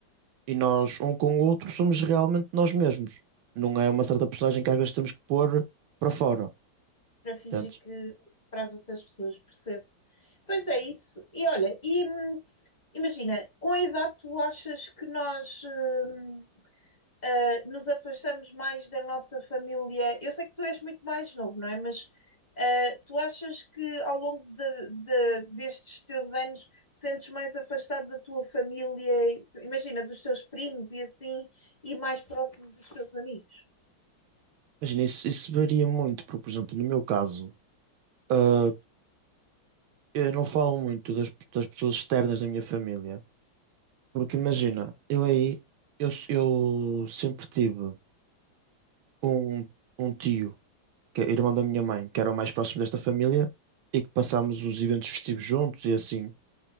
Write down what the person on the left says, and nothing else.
para fingir
que para as outras pessoas, percebo. Pois é isso. E olha, e, hum, imagina, com a idade tu achas que nós hum, ah, nos afastamos mais da nossa família. Eu sei que tu és muito mais novo, não é? Mas ah, tu achas que ao longo de- de- destes teus anos te sentes mais afastado da tua família, imagina, dos teus primos e assim, e mais próximo dos teus amigos?